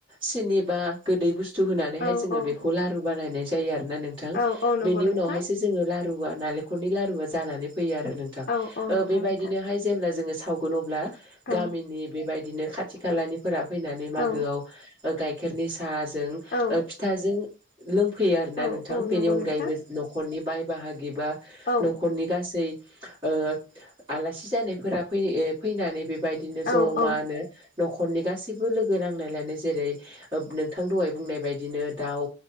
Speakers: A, on the right; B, on the left.
A: सिनि बा गोदै बुस थु होनानैहाय
B: औ
A: जोंङो
B: औ
A: बेखौ लारु बानायनाय जायो आरो ना नोंथां।
B: औ औ नंगौ
A: बेनि
B: नोंथां
A: उनावहायसो जोंङो लारुआ नालेखरनि लारुआ जानानै फैयो आरो नोंथां।
B: औ औ
A: ओ
B: नंगौ
A: बेबायदिनोहाय
B: नोंथां
A: जेब्ला जोंङो सावगोन अब्ला
B: औ
A: गामिनि बेबायदिनो खाथि खालानिफोरा फैनानै मागोआव
B: औ
A: ओ गाइखेरनि सा साजों
B: औ
A: ओ फिथाजों लोंफैयो आरो
B: औ
A: ना नोंथां।
B: औ
A: बेनि
B: नंगौ
A: अनगायैबो
B: नोंथां
A: न'खरनि बाय बाहागि बा
B: औ
A: न'खरनि गासै ओ आलासि जानायफोरा फै ए फैनानै बेबायदिनो
B: औ
A: जमानो
B: औ नंगौ नोंथां औ
A: न'खरनि गासैबो लोगो नांलायनानै जेरै ओ नोंथां दहाय बुंनाय बायदिनो दाउ